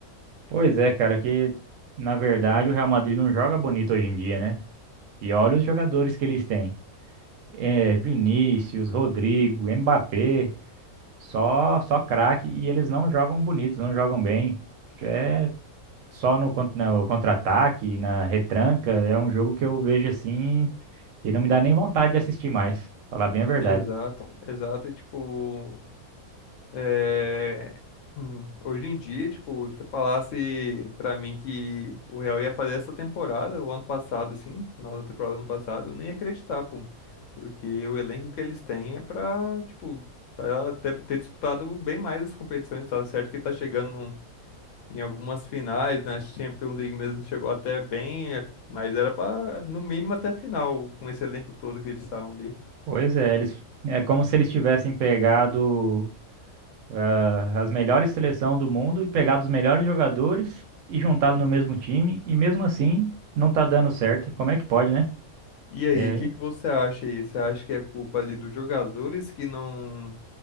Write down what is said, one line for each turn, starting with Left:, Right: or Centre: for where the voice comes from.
Right: Pois é, cara, que na verdade o Real Madrid não joga bonito hoje em dia, né? E olha os jogadores que eles têm. é, Vinícius, Rodrigo, Mbappé, só só craque e eles não jogam bonitos, não jogam bem. É só no, con- no contra-ataque, na retranca, é um jogo que eu vejo assim e não me dá nem vontade de assistir mais, falar bem a verdade.
Left: Exato, exato. E tipo, é, hum, hoje em dia, tipo, se você falasse pra mim que o Real ia fazer essa temporada, o ano passado, assim, final da temporada do ano passado, eu nem ia acreditar, pô. Porque o elenco que eles têm é pra, tipo, pra ter, ter disputado bem mais as competições, tá certo? Que tá chegando num em algumas finais, na Champions League mesmo chegou até bem, é, mas era para no mínimo até a final, com esse elenco todo que eles estavam ali.
Right: Pois é, eles é como se eles tivessem pegado ah, as melhores seleções do mundo e pegado os melhores jogadores e juntado no mesmo time e mesmo assim não tá dando certo. Como é que pode, né?
Left: E aí,
Right: É,
Left: o que que você acha aí? Você acha que é culpa ali dos jogadores que não